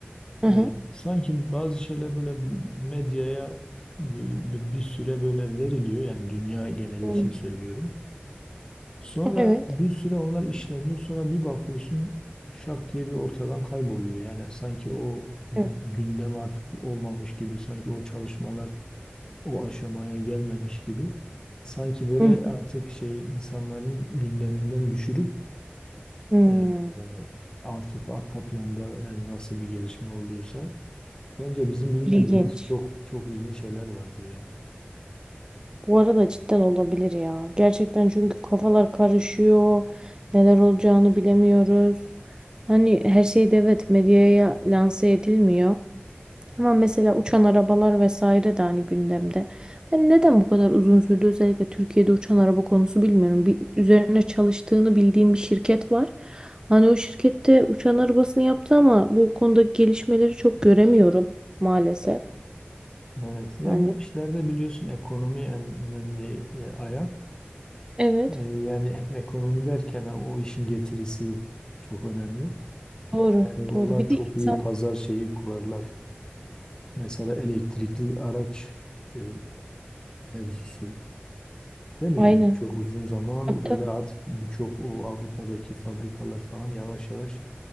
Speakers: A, on the right; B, on the left.
A: Hı hı.
B: Ee, sanki bazı şeyler böyle medyaya e, bir süre böyle veriliyor yani dünya geneli
A: Hmm.
B: için söylüyorum. Sonra
A: Evet.
B: bir süre onlar işleniyor sonra bir bakıyorsun şak diye bir ortadan kayboluyor. Yani sanki o
A: Evet.
B: gündem artık olmamış gibi sanki o çalışmalar o aşamaya gelmemiş gibi. Sanki böyle
A: Hı hı.
B: artık şey insanların gündeminden düşürüp
A: Hmm.
B: e, e, artık arka planda yani nasıl bir gelişme oluyorsa Bence bizim bilmediğimiz
A: İlginç.
B: çok çok iyi şeyler vardır ya.
A: Bu arada cidden olabilir ya. Gerçekten çünkü kafalar karışıyor. Neler olacağını bilemiyoruz. Hani her şey de evet medyaya lanse edilmiyor. Ama mesela uçan arabalar vesaire de hani gündemde. Ben neden bu kadar uzun sürdü özellikle Türkiye'de uçan araba konusu bilmiyorum. Bir, üzerine çalıştığını bildiğim bir şirket var. Hani o şirkette uçan arabasını yaptı ama bu konudaki gelişmeleri çok göremiyorum maalesef.
B: Evet. Ya
A: Hani
B: bu işlerde biliyorsun ekonomi en önemli e, ayak.
A: evet
B: E, yani ekonomi derken ha, o işin getirisi çok önemli.
A: doğru
B: Yani onlar
A: doğru bir
B: çok
A: de insan
B: iyi pazar şeyi kurarlar. Mesela elektrikli araç e, mevzusu. Değil mi
A: Aynen.
B: yani? Çok uzun zaman
A: Tabii,
B: böyle
A: tabii.
B: artık birçok o Avrupa'daki fabrikalar falan yavaş yavaş